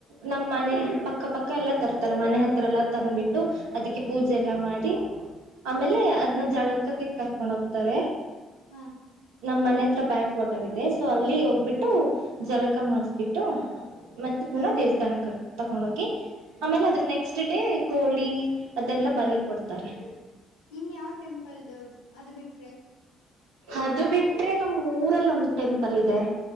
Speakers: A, on the right; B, on the left.
A: ನಮ್ಮ್ ಮನೆ ಪಕ್ಕ ಪಕ್ಕ ಎಲ್ಲಾ ತರ್ತಾರೆ ಮನೆ ಹತ್ತಿರ ಎಲ್ಲಾ ತಂದ್ಬಿಟ್ಟು ಅದಕ್ಕೆ ಪೂಜೆ ಎಲ್ಲಾ ಮಾಡಿ
B: ಹಾ
A: ಆಮೇಲೆ ಅದನ್ನ ಜಳಕಕ್ಕೆ ಕರ್ಕೊಂಡ್ ಹೋಗ್ತಾರೆ.
B: ಹ್ಮ್
A: ನಮ್ಮ್ ಮನೆ ಹತ್ತಿರ ಬ್ಯಾಕ್ ವಾಟರ್ ಇದೆ ಸೊ ಅಲ್ಲಿ ಹೋಗ್ಬಿಟ್ಟು ಜಳಕ ಮಾಡಸಬಿಟ್ಟು ಮತ್ತೆ ಪುನಃ
B: ಹಾ
A: ದೇವಸ್ಥಾನಕ್ಕೆ ಕರ್ಕೊಂಡ್ ತಕೊಂಡ ಹೋಗಿ ಆಮೇಲೆ ಅದ್ರ ನೆಕ್ಸ್ಟ್ ಡೇ ಕೋಳಿ ಅದೆಲ್ಲಾ ಬಲಿ ಕೊಡ್ತಾರೆ‌.
B: ಇನ್ ಯಾವ್ ಟೆಂಪಲ್ದು ಅದು ಬಿಟ್ರೆ.
A: ಅದು ಬಿಟ್ರೆ ನಮ್ಮೂರಲ್ಲಿ ಒಂದ್ ಟೆಂಪಲ್ ಇದೆ.